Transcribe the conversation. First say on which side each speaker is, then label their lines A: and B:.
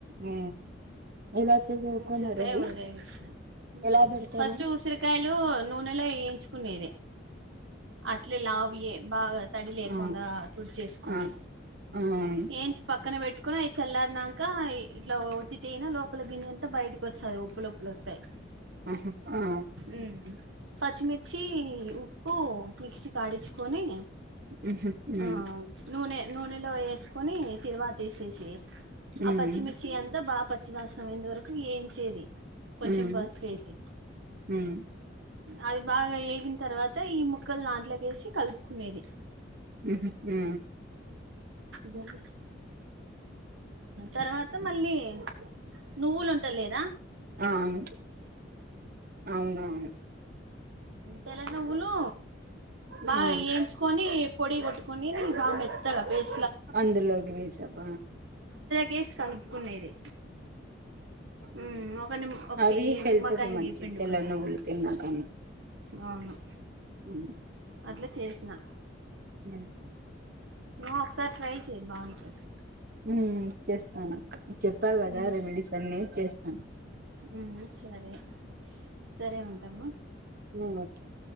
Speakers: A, on the right; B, on the right.
A: ఊ ఇలా చేసావుకా
B: ఉసిరికాయ
A: మరవి
B: ఉరగాయ పెచ్చిన
A: ఎలా పెడతారు
B: ఫస్ట్ ఉసిరికాయలు నూనెలో వేయించుకునేది అట్లే లావువే బాగా తడి లేకుండా
A: ఆ
B: త కొనే
A: ఆ ఆ ఆహా
B: ఏంచి పక్క పక్కన పెట్టుకుని అవి చల్లారనాక ఇట్లా ఒత్తి తన లోపల గింజంతా బయటకి వస్తంది ఉప్పులుప్పులు వస్తాయి
A: ఆహ ఆ
B: ఉమ్ పచ్చిమిర్చి ఉ ఓ మిక్సీ కాడిచ్ కొని
A: ఉహు ఉమ్
B: ఆ నూనె నూనెలో వేసి కొని తిరువాతేసేసి
A: ఉమ్
B: ఆ పచ్చిమిర్చి అంత బాపు పచ్చివాసన పోయేంతవరకు ఏంచేది కొంచం
A: ఉమ్
B: పస్పేసి
A: ఉమ్
B: అది బాగా ఏగిన తర్వాత ఈ ముక్కలు దంట్లోకి వేసి కలుపుకునేది
A: ఊహూ ఊ
B: జరి తర్వాత మళ్ళీ నువ్వులు ఉంట లేదా
A: అను అవునవును
B: తెల్ల నువ్వులు బాగా
A: ఆ
B: ఎయించుకొని పొడి కొట్టుకండి బా మెత్తగా పేస్
A: అందులోకి వేసప్ప
B: కేసు కలుపుకునేది ఉమ్ ఒక నిమ్ ఒకటి
A: అవి హెల్త్
B: నిమ్మకాయ
A: కు మంచి
B: పిండుకున్నది
A: తెల నుగులుతిన్నా కానీ
B: అవును
A: ఉ
B: అట్లా చేసిన
A: హ
B: ను ఒకసారి ట్రై చే బావుంటుంది
A: ఉ ఇ చేస్తాను చెప్పా కదా
B: ఉమ్
A: రెమెడీస్ అన్ని చేస్తాను
B: ఉమ్ సరే సరే ఉంటాము
A: ఓ